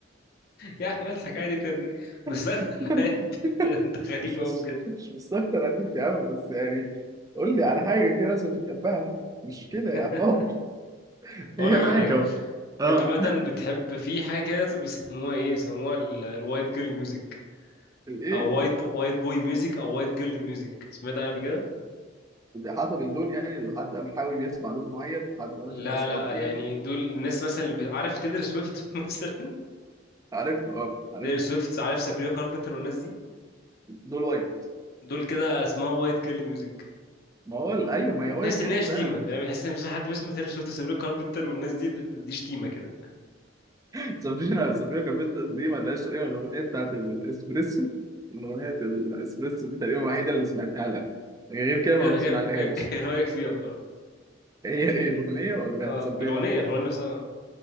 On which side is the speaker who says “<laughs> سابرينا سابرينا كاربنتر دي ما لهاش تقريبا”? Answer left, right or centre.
Right